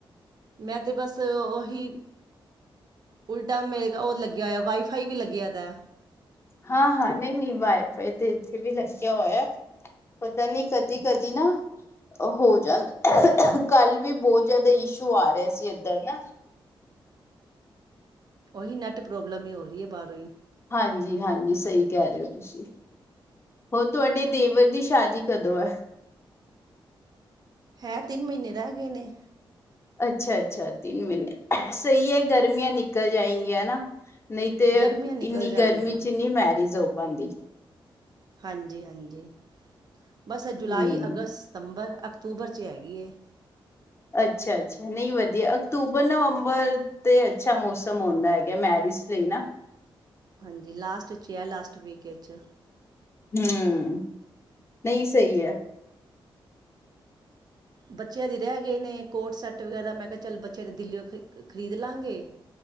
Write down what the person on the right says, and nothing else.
ਮੈਂ ਤੇ ਬਸ ਓਹੀ। ਉਲਟਾ ਮੇਰੇ ਹੋਰ ਲੱਗਿਆ ਹੋਇਆ ਵਾਈ ਫਾਈ ਵੀ ਲੱਗਿਆ। ਦਾ
ਉਹੀ ਨੈੱਟ ਪ੍ਰੋਬਲਮ ਹੀ ਹੋ ਰਹੀ ਹੈ ਬਾਹਰੋਂ ਹੀ
ਹੈ, ਤਿੰਨ ਮਹੀਨੇ ਰਹਿ ਗਏ ਨੇ
ਗਰਮੀਆਂ ਨਿਕਲ
ਜਾਣਗੀਆਂ
ਹਾਂਜੀ -ਹਾਂਜੀ, ਬਸ ਇਹ ਜੁਲਾਈ,
ਅਗਸਤ, ਸਤੰਬਰ, ਅਕਤੂਬਰ 'ਚ ਹੈਗੀ ਹੈ।
ਹਾਂਜੀ ਲਾਸਟ 'ਚ ਹੈ, ਲਾਸਟ ਵੀਕੇ 'ਚ।
ਬੱਚਿਆਂ ਦੀ ਰਹਿ ਗਏ ਨੇ, ਕੋਟ ਸੈੱਟ ਵਗੈਰਾ ਮੈਂ ਕਿਹਾ ਚੱਲ ਬੱਚਿਆਂ ਦੀ ਦਿੱਲੀਓ ਖ ਖਰੀਦ ਲਾਂਗੇ